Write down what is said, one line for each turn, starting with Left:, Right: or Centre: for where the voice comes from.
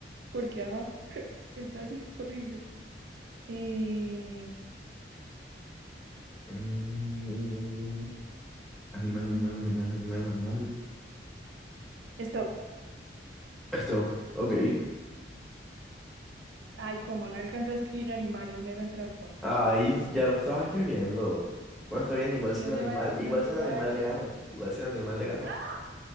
Right: Porque, ajá, <laughs> está así horrible. Eh,
Centre: Mm, Animal,
Right: mm,
Centre: animal, animal, animal, animal.
Right: stop.
Centre: Stop. Ok.
Right: Ay, como no alcanzo a escribir animal, no me hagan trampa.
Centre: Ahí ya lo estaba escribiendo. Bueno, está bien, igual
Right: No
Centre: sin animal,
Right: se vale,
Centre: igual
Right: no se
Centre: sin
Right: vale.
Centre: animal le ganó. Igual sin animal le ganó.
Right: Ah,